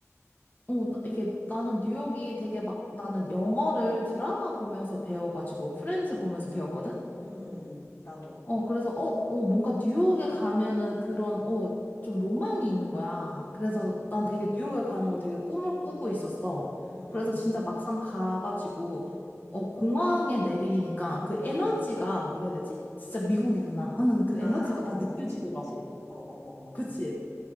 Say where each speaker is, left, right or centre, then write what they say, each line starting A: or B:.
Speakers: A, on the left; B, on the left.
A: 어, 나- 이게 나는 뉴욕이 되게 막 나는 영어를 드라마 보면서 배워가지고 프렌즈 보면서 배웠거든?
B: 응, 응, 응. 나도.
A: 어, 그래서, 어, 어, 뭔가 뉴욕에 가면은 그런, 어, 좀 로망이 있는 거야. 그래서
B: 음, 음,
A: 난 되게 뉴욕에 가는 걸 되게 꿈을 꾸고 있었어.
B: 음.
A: 그래서 진짜 막상 가가지고, 어, 공항에 내리니까 그 에너지가
B: 음.
A: 뭐라 해야 되지? 진짜 미국이구나 하는 그
B: 아,
A: 에너지가
B: 아, 어,
A: 딱 느껴지더라고.
B: 그치, 그치. 어, 어, 어, 어.
A: 그치?